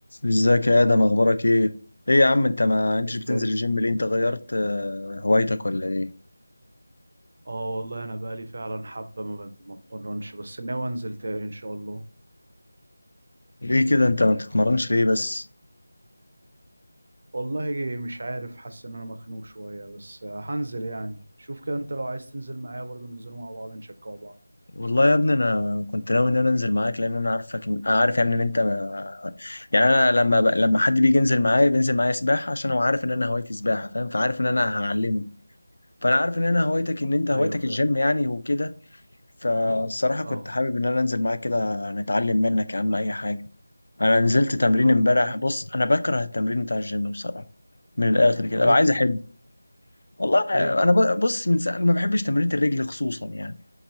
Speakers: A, on the left (about 70°); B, on the right (about 50°).
A: ازيك يا ادم اخبارك ايه ايه يا عم انت ما انتش
B: ازاي
A: بتنزل الجيم ليه انت غيرت آه، هوايتك ولا ايه
B: اه والله انا بقالي فعلا حبه ما بت- ما اتمرنش بس ناوي انزل تاني ان شاء الله
A: ليه كده انت ما بتتمرنش ليه بس
B: والله مش عارف حاسس ان انا مخنوق شويه بس هنزل يعني شوف كده انت لو عايز تنزل معايا برضو ننزلوا مع بعض نشجعوا بعض
A: والله يا ابني انا كنت ناوي ان انا انزل معاك لان انا عارفك عارف يعني ان انت ما... يعني انا لما ب... لما حد بيجي ينزل معايا بينزل معايا سباحه عشان هو عارف ان انا هوايتي سباحه فاهم فعارف ان انا هعلمه فانا عارف ان انا هوايتك ان انت هوايتك
B: ايوه فاهم
A: الجيم يعني وكده فالصراحه كنت
B: اه
A: حابب ان انا انزل معاك كده نتعلم منك يا عم اي حاجه انا نزلت تمرين
B: طب
A: امبارح
B: يا عم
A: بص انا بكره التمرين بتاع الجيم بصراحه من الاخر كده
B: ليه
A: ابقى
B: كده
A: عايز احب والله
B: ليه
A: انا ب- بص من ساعة ما بحبش تمرينة الرجل خصوصا يعني